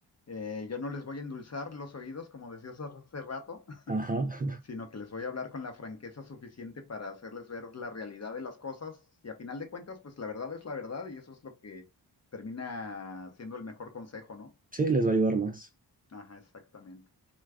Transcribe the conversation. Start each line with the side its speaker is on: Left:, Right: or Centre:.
Left: eh, yo no les voy a endulzar los oídos, como decías hace rato.
Right: Ajá. <laughs>
Left: sino que les voy a hablar con la franqueza suficiente para hacerles ver la realidad de las cosas y a final de cuentas, pues la verdad es la verdad y eso es lo que termina siendo el mejor consejo, ¿no?
Right: Sí, les va a ayudar más.
Left: Ajá, exactamente.